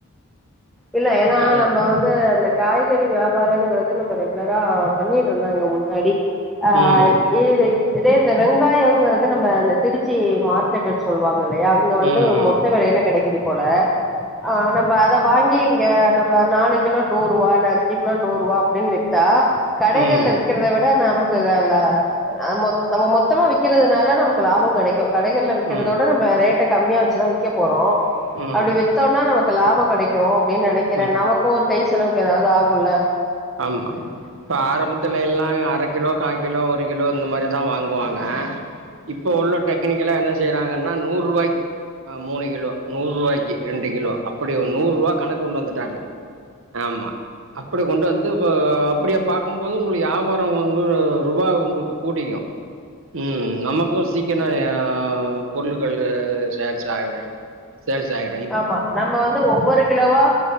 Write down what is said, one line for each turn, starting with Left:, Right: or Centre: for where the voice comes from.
Centre: இல்ல ஏனா
Right: காய்
Centre: நம்ப வந் இந்த இந்த காய்கறி வியாபாரங்கிறது நம்ம ரெகுலரா பண்ணிட்டு இருந்தாங்க முன்னாடி அ
Right: ம்.
Centre: இ இதே இந்த வெங்காயம்ங்கறது நம்ப அந்த திருச்சி மார் கட்டு சொல்லுவாங்க இல்லையா அங்க வந்து
Right: ம் ம்
Centre: மொத்த விலையில கிடைக்குது போல ஆ நம்ப அத வா ங்கி இங்க நம்ம நாலு கிலோ நூறு ரூவால அஞ்சு கிலோ நூறு ரூவா அப்டின்னு நிறத்தா கடைகள்ல
Right: ம்
Centre: விக்கிறத விட நமக்கு ல அ மொத் நம்ம மொத்தமா விக்கிறதுனால நமக்கு லாபம் கிடைக் க்கு கடைகல் ல விக்கறத
Right: ம்
Centre: விட நம்ம ரேட்ட கம்மியா வச்சுதா விக்க போறோ
Right: ம்
Centre: அப்டி வச் வித்தோனா நமக்கு லாபம் கெடக்கு அப்டின்னு நெனைக்கிறே
Right: ம்
Centre: நமக்கு ஒரு கை செலவுக்கு எதாவது ஆகுல
Right: ஆமா இப்ப ஆரம்பத்துல எல்லா அர கிலோ கா கிலோ ஒரு கிலோ இந்த மாரிதா வாங்குவாங்க இப்ப உள்ள டெக்னிக்கலா என்ன செய்றாங்கன்னா நூறு ருவாய்க்கி அ மூணு கிலோ நூறு ரூவாய்க்கு ரெண்டு கிலோ அப்டி ஒரு நூறு ரூவா கணக்கு கொண்டு வந்துட்டாங்க ஆமா அப்டி கொண்டு வந் ந்து வ அப்டியே பாக்கும்போது உங்களுக்கு யாபாரம் வந்து ரூபா உங்களுக்கு கூடிக்கு ம் நமக்கும் சீக்கனோ எ பொருள்கள்ளு சேல்ஸ் ஆயிரு சேல்ஸ் ஆயிரு
Centre: ஆமா நம்ப வந்து ஒவ்வொரு கிலோவா